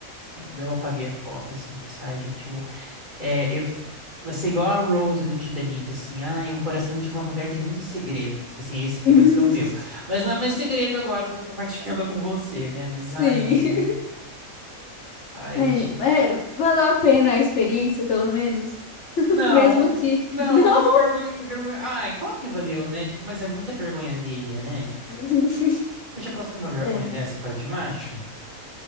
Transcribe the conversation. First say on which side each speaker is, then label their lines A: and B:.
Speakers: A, on the right; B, on the left.
A: senhora. Daí eu apaguei a foto, assim, falei assim, ai, gente, eu vou. É, eu... Vai ser igual a Rose do Titanic, assim, ai, um coração de uma mulher tem muitos segredos. Tipo assim, esse aqui
B: <laughs>
A: vai ser o meu. Mas não é mais segredo agora, porque eu tô compartilhando <laughs> com você, né? Mas,
B: Sim.
A: ai, amiga, ai,
B: É,
A: chi-
B: é, valeu a pena a experiência, pelo menos? <laughs>
A: não,
B: Mesmo que.
A: não,
B: Não.
A: vergonha, vergonha. Ai, claro que valeu, né? Tipo, mas é muita vergonha alheia, né?
B: <laughs>
A: Você já passou uma vergonha
B: É,
A: dessa por causa de macho?